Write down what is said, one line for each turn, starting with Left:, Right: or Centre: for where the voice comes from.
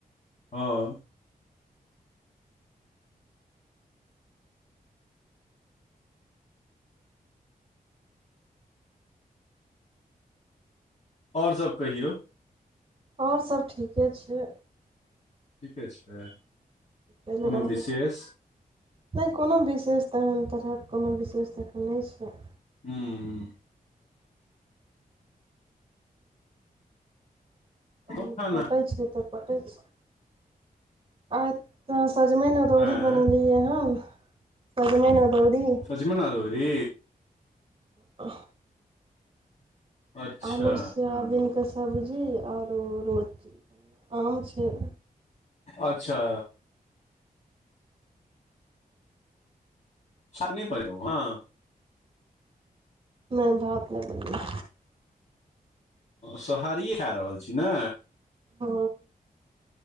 Left: हँ ओर सभ कहियौ?
Right: ओर सब ठीके छै।
Left: ठीके छै?
Right: चल
Left: कोनो
Right: रहल
Left: विशेष
Right: ए। नहि कोनो विशेष त एहन तरहक कोनो विशेष एखन नहि छै।
Left: ह्म्म
Right: तखन
Left: खाना
Right: कटै छियै तऽ कटै छै आइ तऽ सजमनि अदौरी
Left: आँय
Right: बनेलियै हं सजमनि अदौरी।
Left: सजमन अदौरी
Right: आ
Left: अच्छा
Right: आलू सोयाबिनके सब्जी आ ओरो रोटी। आम छै।
Left: अच्छा सा ने पड़ हँ।
Right: नहि भात नहि बनैला
Left: सोहारिए खा रहल छी ने।
Right: ओ